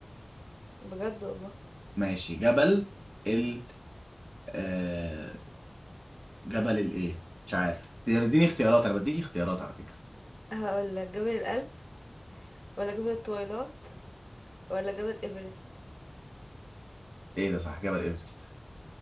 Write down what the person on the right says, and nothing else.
ماشي جبل ال آه جبل الايه مش عارف دي اديني اختيارات انا بديك اختيارات على فكرة
ايه ده صح جبل ايفرست